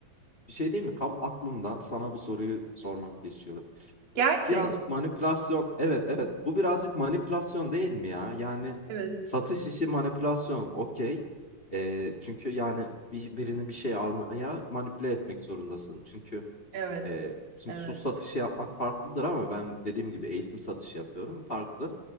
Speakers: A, on the left; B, on the right.
A: Bir şey değil mi? Tam aklımdan sana bu soruyu sormak geçiyordu.
B: Gerçek.
A: Bu birazcık manipülasyon. Evet, evet. Bu birazcık manipülasyon değil mi ya? Yani
B: Evet.
A: satış işi manipülasyon. Okey. Ee, çünkü yani bir, birini bir şey almaya manipüle etmek zorundasın. Çünkü
B: Evet.
A: e, şimdi
B: Evet.
A: su satışı yapmak farklıdır ama ben dediğim gibi eğitim satışı yapıyorum. Farklı.